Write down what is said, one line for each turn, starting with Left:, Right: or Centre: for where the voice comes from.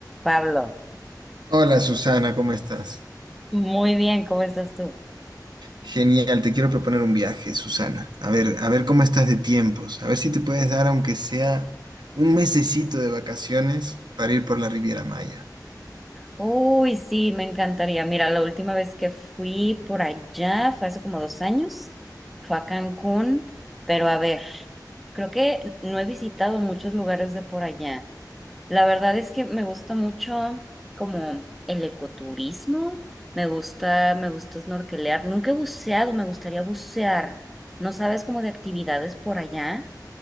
Centre: Pablo,
Right: Hola Susana, ¿cómo estás?
Centre: Muy bien, ¿cómo estás tú?
Right: Genial, te quiero proponer un viaje, Susana. A ver, a ver cómo estás de tiempos, a ver si te puedes dar aunque sea un mesecito de vacaciones para ir por la Riviera Maya.
Centre: Uy, sí, me encantaría. Mira, la última vez que fui por allá fue hace como dos años, fue a Cancún, pero a ver, creo que no he visitado muchos lugares de por allá. La verdad es que me gusta mucho como el ecoturismo, me gusta, me gusta snorkelear. Nunca he buceado, me gustaría bucear. ¿No sabes como de actividades por allá?